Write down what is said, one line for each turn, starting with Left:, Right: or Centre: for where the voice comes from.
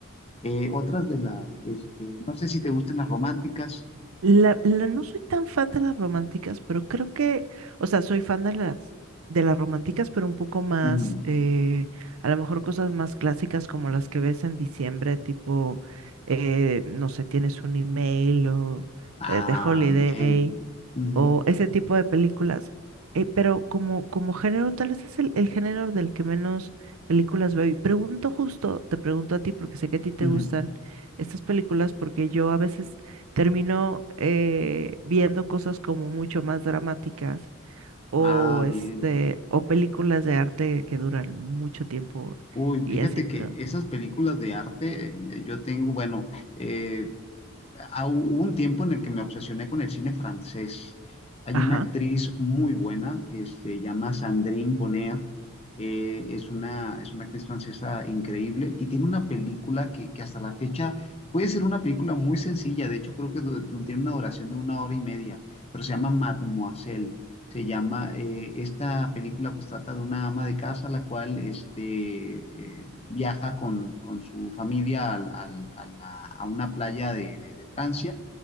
Left: Eh, otras de las, este, no sé si te gustan las románticas.
Right: La, la- no soy tan fan de las románticas, pero creo que, o sea, soy fan de las, de las románticas, pero un poco más,
Left: Ujú.
Right: eh, a lo mejor cosas más clásicas como las que ves en diciembre, tipo, eh, no sé, tienes un email o
Left: Ah,
Right: eh, The Holiday
Left: bien. Ujú,
Right: o ese tipo de películas. Eh, pero como, como género, tal vez es el, el género del que menos películas veo. Y pregunto justo, te pregunto a ti, porque sé que a ti te
Left: ujú.
Right: gustan estas películas, porque yo a veces termino eh, viendo cosas como mucho más dramáticas o
Left: Ah,
Right: este
Left: bien.
Right: o películas de arte que duran mucho tiempo
Left: Uy,
Right: y
Left: fíjate
Right: así,
Left: que
Right: ¿no?
Left: esas películas de arte, eh, yo tengo, bueno, eh, ah, hubo un tiempo en el que me obsesioné con el cine francés. Hay
Right: Ajá.
Left: una actriz muy buena que se llama Sandrine Bonnaire. eh, es una, es una actriz francesa increíble y tiene una película que, que hasta la fecha puede ser una película muy sencilla. De hecho, creo que du- du- tiene una duración de una hora y media, pero se llama Mademoiselle. Se llama, eh, esta película pues trata de una ama de casa la cual este, eh, viaja con, con su familia al- al- a, la- a una playa de, de- de Francia